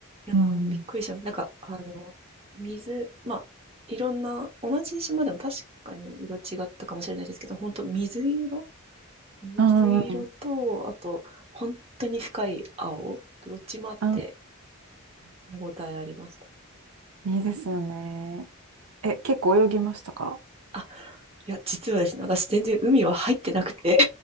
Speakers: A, on the right; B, on the right.
A: いやー、
B: うん。
A: びっくりしました。なんか、あの、水、まあ、いろんな、同じ島でも確かに色違ったかもしれないですけど、本当水色水色と、
B: うんうんうん。
A: あと、本当に深い青、どっちもあって、
B: あ、
A: すごい見応えありました。
B: いいですよね。
A: うんうん
B: え、結構泳ぎましたか
A: あ、いや、実はですね、私全然海は入ってなくて、